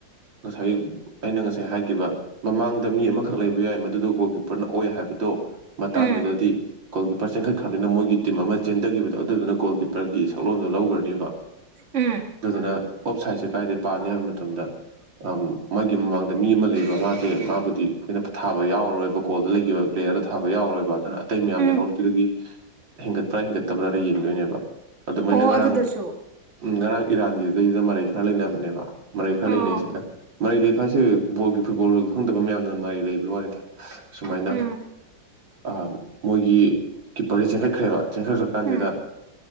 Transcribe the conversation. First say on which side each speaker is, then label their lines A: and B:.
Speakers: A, on the right; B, on the right.
A: ꯉꯁꯥꯏ ꯑꯩꯅ ꯉꯁꯥꯏ ꯍꯥꯏꯒꯤꯕ ꯃꯃꯥꯡꯗ ꯃꯤ ꯑꯃꯈꯛ ꯂꯩꯕ ꯌꯥꯏ ꯃꯗꯨꯗ ꯒꯣꯜ ꯀꯤꯞꯄꯔꯅ ꯑꯣꯏ ꯍꯥꯏꯕꯗꯣ ꯃꯇꯥꯡꯗꯨꯗꯗꯤ
B: ꯎꯝ
A: ꯒꯣꯜ ꯀꯤꯞꯄꯔ ꯆꯦꯟꯈꯠꯈ꯭ꯔꯕꯅꯤꯅ ꯃꯣꯏꯒꯤ ꯇꯤꯝ ꯑꯃ ꯆꯦꯟꯗꯒꯤꯕꯗꯣ ꯑꯗꯨꯗꯨꯅ ꯒꯣꯜ ꯀꯤꯞꯄꯔꯒꯤ ꯁꯛꯂꯣꯟꯗꯣ ꯂꯧꯒ꯭ꯔꯅꯤꯕ
B: ꯎꯝ
A: ꯑꯗꯨꯗꯨꯅ ꯑꯣꯞ ꯁꯥꯏꯠꯁꯦ ꯀꯥꯏꯗꯩ ꯄꯥꯅꯤ ꯍꯥꯏꯕ ꯃꯇꯝꯗ ꯑꯝ ꯃꯥꯒꯤ ꯃꯃꯥꯡꯗ ꯃꯤ ꯑꯃ ꯂꯩꯕ ꯃꯥꯁꯦ ꯃꯥꯕꯨꯗꯤ ꯑꯩꯈꯣꯏꯅ ꯄꯊꯥꯕ ꯌꯥꯎꯔꯔꯣꯏꯕ ꯒꯣꯜꯗ ꯂꯩꯈꯤꯕ ꯄ꯭ꯂꯦꯌꯔꯗꯣ ꯊꯥꯕ ꯌꯥꯎꯔꯣꯏꯕ ꯑꯗꯨꯅ ꯑꯇꯩ ꯃꯌꯥꯝ
B: ꯎꯝ
A: ꯂꯩꯍꯧꯔꯤꯗꯨꯗꯒꯤ ꯍꯦꯟꯒꯠꯄ꯭ꯔꯥ ꯍꯦꯟꯒꯠꯇꯕ꯭ꯔꯥꯅ ꯌꯦꯡꯗꯣꯏꯅꯦꯕ ꯑꯗꯨꯃꯥꯏꯅ
B: ꯑꯣ
A: ꯉꯔꯥꯡ
B: ꯑꯗꯨꯗꯁꯨ
A: ꯎꯝ ꯉꯔꯥꯡ ꯏꯔꯥꯟꯒꯤꯗꯨꯗꯩꯗꯨꯗ ꯃꯔꯩ ꯈꯔ ꯂꯩꯅꯕꯅꯦꯕ ꯃꯔꯩ ꯈꯔ ꯂꯩꯅꯩꯁꯤꯗ
B: ꯑꯣ
A: ꯃꯔꯩ ꯂꯩꯕꯁꯦ ꯕꯣꯜꯒꯤ ꯐꯨꯠꯕꯣꯜ ꯈꯪꯗꯕ ꯃꯌꯥꯝꯅ ꯃꯔꯩ ꯂꯩꯕ ꯋꯥꯅꯤꯗ ꯁꯨꯃꯥꯏꯅ
B: ꯎꯝ
A: ꯑ ꯃꯣꯏꯒꯤ ꯀꯤꯞꯄꯔꯁꯦ ꯆꯦꯟꯈꯠꯈ꯭ꯔꯦꯕ ꯆꯦꯟꯈꯠꯈ꯭ꯔ ꯀꯥꯟꯁꯤꯗ
B: ꯎꯝ